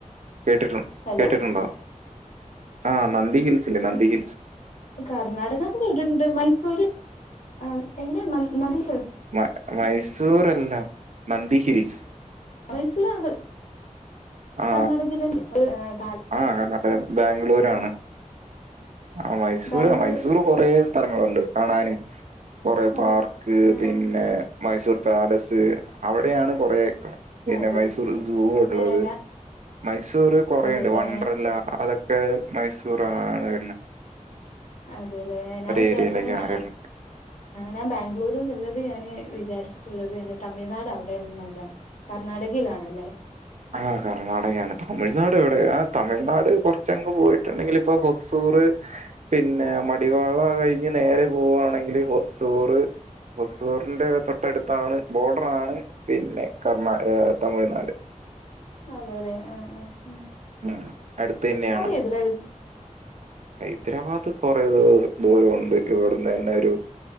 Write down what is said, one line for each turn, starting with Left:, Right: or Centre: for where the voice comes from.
Right: കേട്ടിട്ടുണ്ട്
Left: ഹലോ
Right: കേട്ടിട്ടുണ്ടോ
Left: <inaudible>
Right: ആ നന്ദി ഹിൽസ് ഇല്ലേ നന്ദി ഹിൽസ്
Left: കർണാടകാന്ന് കേട്ടിണ്ട് മൈസൂര് ആ എങ്ങനെ <inaudible>
Right: മ മൈസൂറല്ല നന്ദി ഹിൽസ്
Left: മൈസൂർ ആണ്
Right: ആ
Left: കർണാടകയി <unintelligible>
Right: ആ കർണാടക ബാംഗ്ലൂരാണ് ആ മൈസൂര്
Left: ബാംഗ്ലൂർ
Right: മൈസൂര് കൊറേ സ്ഥലങ്ങളൊണ്ട് കാണാന് കൊറേ
Left: ആഹ്
Right: പാർക്ക്
Left: ആഹ്
Right: പിന്നെ മൈസൂർ പാലസ് അവിടെയാണ് കൊറെ പിന്നെ
Left: അതെല്ലേ
Right: മൈസൂർ സൂ ഉള്ളത്
Left: ഏഹ്
Right: മൈസൂർ കൊറേ
Left: അതെല്ലേ
Right: ഇണ്ട് വണ്ടർല്ലാ അതൊ ക്ക മൈസൂർ ആണ് പിന്ന
Left: അതേല്ലേ ഞാൻ വിചാരിച്ചത്
Right: ഏരിയയിലേക്കാണ്
Left: <inaudible>
Right: വരുന്നത്
Left: ഞാൻ ബാംഗ്ലൂരുന്നുള്ളത് ഞാന് വിചാരിച്ചിട്ടുള്ളത് <unintelligible> തമിഴ്നാട് അവിടെ <unintelligible> കർണ്ണാടകയിലാണല്ലേ
Right: ആ കർണാടകയാണ് തമിഴ്നാട് എവിടെയാ ആ തമിഴ്നാട് കുറച്ചങ്ങ് പോയിട്ടുണ്ടെങ്കില് ഇപ്പോ ഹുസൂർ പിന്നെ
Left: ആ,
Right: മടിവാള കഴിഞ്ഞ് നേരെ പോവുകവാണെങ്കില് ഹസൂർ ഹസൂറിന്റെ തൊട്ടടുത്താണ് ബോർഡറാണ് പിന്നെ കർണാ തമിഴ്നാട്
Left: അതെ ല്ലെ ആ അ
Right: ഉം അടുത്തന്നെയാണ്
Left: ഏതിലാ വരുന്നേ
Right: ഹൈദരാബാദ് കുറെ ദൂരൊണ്ട് ഇവിടുന്ന് തന്നെ ഒരു